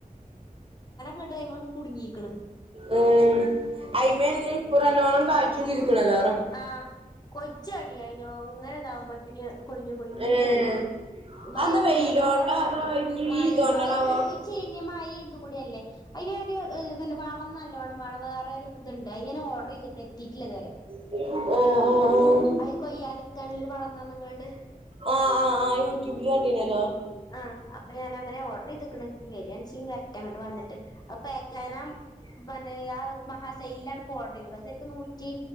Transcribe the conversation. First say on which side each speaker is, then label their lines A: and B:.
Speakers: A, on the left; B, on the right.
A: ഇങ്ങട്ട് അയ്മങ്ങട്ട് കുടുങ്ങിക്ക്ണ്
B: ഉം അയ്മെ <unintelligible> നല്ലോണം കായ്‌ക്കും ചെയ്തേക്കുണല്ലോറം
A: ആഹ് കൊച്ചടി ആയിനോ ങ്ങനെതാവുമ്പോത്തേന് കൊഴിഞ്ഞു കൊഴിഞ്ഞു
B: ഏഹ്
A: പോണുണ്ട് മയക്ക്
B: അതെന്താ വെയിലോണ്ടാ
A: നല്ലോണം ചാടനുണ്ട്
B: അതോ ഇഞ്ഞി
A: മയ
B: ഈ ഇതോണ്ടാണാവോ
A: മയ ച്ചേനി മഴയും ഇതുകൂടിയല്ലേ അതിനൊരു പിന്നെ വളം നല്ലോണം വേണം വേറെ ഒരു ഇതുണ്ട് അയ് ഞാൻ ഓർഡർ ചെയ്തിട്ടിണ്ട് എത്തീട്ടില്ല ഇതുവരെ
B: അഹ് ഓഹ് ഓഹ്
A: അയ് കൊയ്യാതിരിക്കാനുള്ളൊരു വളം <unintelligible> ങ്ങാണ്ട്
B: ആഹ് ആഹ് ആഹ് യൂട്യൂബില് കണ്ടീനല്ലോ
A: ആഹ് അപ്പൊ ഞാനങ്ങനെ ഓർഡർ ചെയ്തിക്കണ് വെരിയാണിച്ച വെരട്ടെ അങ്ങട്ട് വന്നിട്ട് അപ്പാക്ക് യ്യനം <unintelligible> യ്യാ മഹാസെയിലിലാണ് <unintelligible> ഓഡർ ചെയ്തത് അതൊക്കെ നൂറ്റി